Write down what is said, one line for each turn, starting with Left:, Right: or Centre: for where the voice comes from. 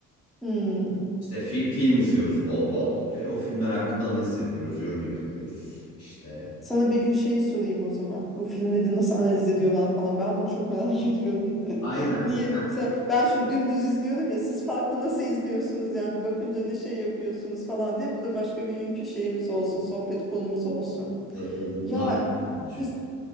Centre: hı.
Left: İşte fi- film izliyoruz bol bol. Ee, o filmler hakkında analiz yapıyoruz, yorum yapıyoruz işte.
Centre: Sana bir gün şey sorayım o zaman. Bu filmleri nasıl analiz ediyorlar falan. Ben bunu çok merak <laughs> ediyorum. <laughs>
Left: Aynen.
Centre: Niye bir mesela ben şimdi dümdüz izliyorum ya siz farklı nasıl izliyorsunuz yani bakınca ne şey yapıyorsunuz falan diye. Bu da başka bir günkü şeyimiz olsun, sohbet konumuz olsun.
Left: Olur, olur onu
Centre: Ya
Left: ayrı konuşuruz.
Centre: mes-